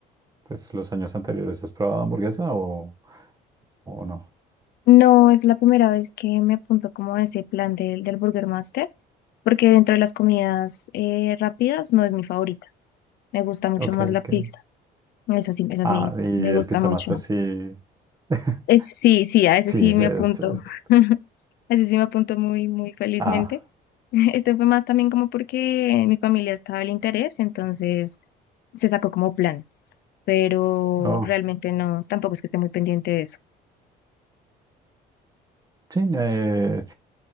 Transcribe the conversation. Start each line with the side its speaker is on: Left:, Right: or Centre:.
Right: pues los años anteriores, ¿has probado hamburguesa o, o no?
Left: No es la primera vez que me apunto como a ese plan del, del Burger Master, porque dentro de las comidas eh, rápidas no es mi favorita. Me gusta mucho
Right: Ok,
Left: más
Right: ok.
Left: la pizza Esa sí, esa
Right: Ah,
Left: sí,
Right: y
Left: me gusta
Right: el Pizza
Left: mucho.
Right: Master sí. <laughs>
Left: Es, sí, sí, a ese
Right: Sí,
Left: sí
Right: es,
Left: me apunto.
Right: es-
Left: <laughs> A ese sí me apunto muy, muy felizmente.
Right: Ah,
Left: <laughs> Este fue más también como porque mi familia estaba el interés, entonces se sacó como plan, pero
Right: oh,
Left: realmente no, tampoco es que esté muy pendiente de eso.
Right: sí, eh,